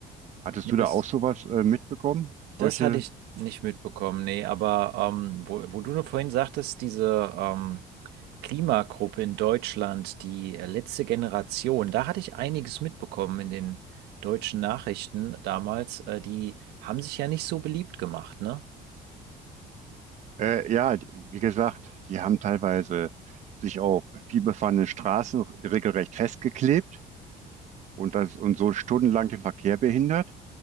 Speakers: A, on the right (about 45°); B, on the right (about 80°).
A: Hattest
B: Nee,
A: du
B: das.
A: da auch sowas äh, mitbekommen? Solche?
B: Das hatte ich nicht mitbekommen, nee, aber ähm, wo, wo du nur vorhin sagtest, diese ähm, Klimagruppe in Deutschland, die äh, letzte Generation, da hatte ich einiges mitbekommen in den deutschen Nachrichten damals. Äh, die haben sich ja nicht so beliebt gemacht, ne?
A: Äh, ja, d- wie gesagt, die haben teilweise sich auf vielbefahrene Straßen regelrecht festgeklebt und das und so stundenlang den Verkehr behindert.